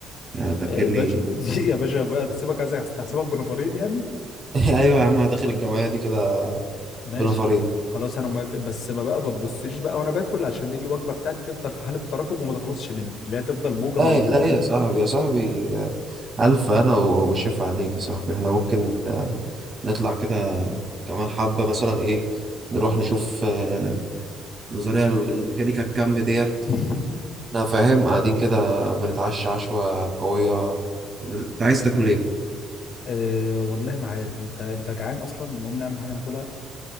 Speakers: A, on the right; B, on the left.
A: يعني هتاكلني
B: يا باشا يا باشا بقى تحسبك عايز تحسبك بنفرين يعني
A: <laughs> ايوه يا عم داخل الجمعيه دي كده
B: ماشي
A: بنفرين
B: خلاص انا موافق بس ما بقى ما تبصليش بقى وانا باكل عشان الوجبه بتاعتي تفضل في حاله تراكم وما تخلصش مني لا تفضل موجه
A: لا
B: موجوده
A: لا يا صاحبي يا صاحبي الف انا و- وشيف عليك يا صاحبي احنا ممكن نطلع كده كمان حبه مثلا ايه نروح نشوف آه، نظريه الميكانيكا الكم ديت
B: <laughs>
A: انا فاهم قاعدين كده بنتعشى عشوه قويه انت عايز تاكل ايه
B: أه والله ما عارف انت انت جعان اصلا نقوم نعمل حاجه ناكلها